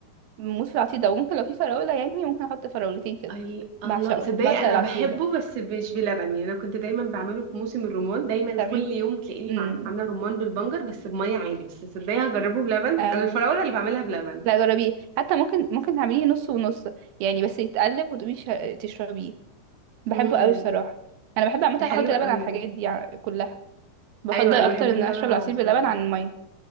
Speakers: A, on the right; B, on the right.
A: بموت في العصير ده وممكن لو في فراولة يعني ممكن احط فراولتين كده
B: ال- الله
A: بعشقه
B: صدقني
A: بعشق
B: انا
A: العصير
B: بحبه
A: ده
B: بس مش بلبن يعني انا كنت دايما بعمله في موسم الرمان دايما
A: بتعمليه
B: كل يوم تلاقيني
A: امم
B: مع- عامله رمان بالبنجر بس بميه عادي بس صدقني هجربه بلبن
A: اه
B: انا الفراوله اللي بعملها بلبن
A: لا جربيه حتى ممكن ممكن تعمليه نص ونص يعني بس يتقلب وتقومي شا- تشربيه بحبه
B: امم
A: قوي الصراحة انا بحب عامة
B: ده حلو
A: احط لبن
B: قوي
A: على الحاجات
B: ده
A: دي ع- كلها بفضل
B: ايوه انا
A: اكتر
B: بحب
A: ان
B: اللبن
A: اشرب
B: على
A: العصير
B: العصاير
A: باللبن عن المية